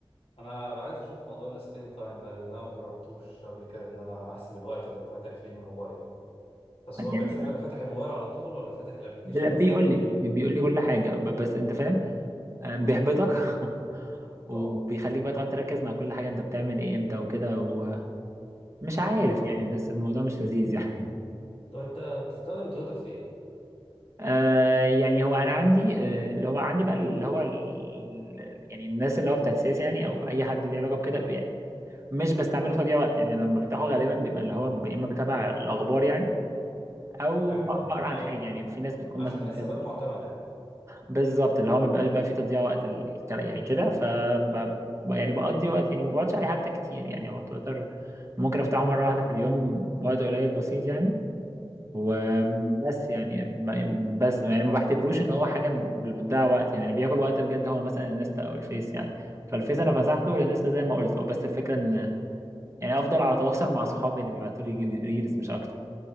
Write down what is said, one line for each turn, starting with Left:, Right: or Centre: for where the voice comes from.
Left: انا عايز اشوف موضوع السكرين تايم ده لان انا ما جربتوش قبل كده ان انا احسب الوقت اللي فاتح فيه الموبايل ده بس
Right: يعني
Left: هو بيحسب لك فاتح الموبايل على طول ولا فاتح الابلكيشن
Right: بلا- بيقول
Left: مثلا الفلاني
Right: لي بي- بيقول لي كل حاجه ب- بس انت فاهم آه، بيحبطك
Left: اه
Right: <laughs> وبيخليك
Left: طبعا
Right: بقى تقعد تركز مع كل حاجه انت بتعمل ايه امتى وكده ومش عارف
Left: اه لا.
Right: يعني بس الموضوع مش لذيذ يعني
Left: طب انت بتستخدم تويتر في ايه
Right: آه يعني هو انا عندي آه اللي هو عندي بقى اللي هو ال- يعني الناس اللي هو بتاع السياسه يعني او اي حد ليه علاقه بكده يعني مش بستعمله تضييع وقت يعني لما بفتحه غالبا بيبقى اللي هو ب- يا اما بتابع الاخبار يعني او
Left: حلو
Right: ب-
Left: اه
Right: بقرا
Left: او
Right: عن حاجه يعني في ناس بتكون
Left: عشان
Right: مثلا
Left: حسابات
Right: كاتبه
Left: معتمدة يعني
Right: بالظبط اللي هو ما بيبقاش بقى فيه تضييع وقت الكلام يعني كده ف ب- ب- يعني بقضي وقت يعني ما بقعدش عليه حتى كتير يعني هو تويتر ممكن افتحه مره
Left: اه
Right: واحده في اليوم وقت قليل بسيط يعني وبس يعني ب- بس يعني ما بعتبروش ان هو حاجه بتضيع وقت يعني اللي بياكل وقت بجد هو مثلا الانستا او الفيس يعني فالفيس انا مسحته والانستا زي ما قلت هو بس الفكره ان يعني افضل على تواصل مع صحابي اللي بيبعتوا لي جيل- ريلز مش اكتر